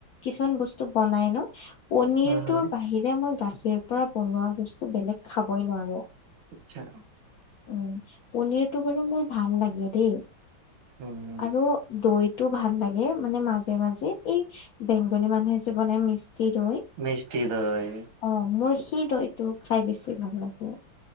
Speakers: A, on the left; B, on the right.
A: কিছুমান বস্তু বনাই ন। পনিৰটোৰ
B: হুম, হুম।
A: বাহিৰে মই গাখীৰ পৰা বনোৱা ব বেলেগ খাবই নোৱাৰো।
B: আচ্ছা
A: উম পনীৰটো বাৰু মোৰ ভাল লাগে দেই
B: উম
A: আৰু দৈ টো ভাল লাগে মানে মাজে মাজে এই বেংগলী মানুহে যে বনাই মি দৈ
B: মিষ্টি দৈ
A: অ মোৰ সেই দৈটো খাই বেছি ভাল লাগে